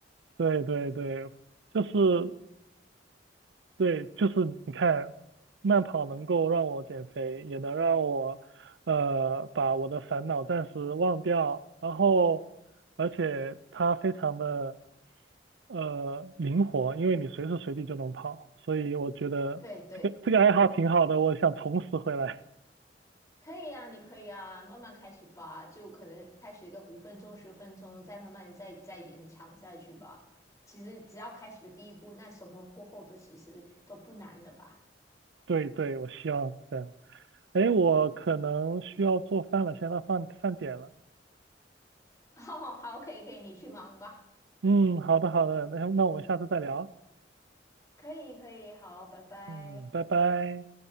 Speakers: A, on the right; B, on the left.
A: 对对对，就是对，就是你看，慢跑能够让我减肥，也能让我呃把我的烦恼暂时忘掉，然后而且它非常的呃，灵活，因为你随时随地就能跑，所以我觉得这个这个爱好挺好的，
B: 对对，
A: 我想重拾回来。
B: 可以啊，你可以啊，慢慢开始吧，就可能开始一个五分钟、十分钟，再慢慢再再延长下去吧。其实只要开始的第一步，那什么过后都其实都不难了吧？
A: <laughs> 对对，我希望是这样。哎，我可能需要做饭了，现在到饭饭点了。
B: <laughs> 好好，可以可以，你去忙吧。
A: 嗯，好的好的，那那我们下次再聊。
B: 可以可以，好，拜拜。
A: 嗯，拜拜。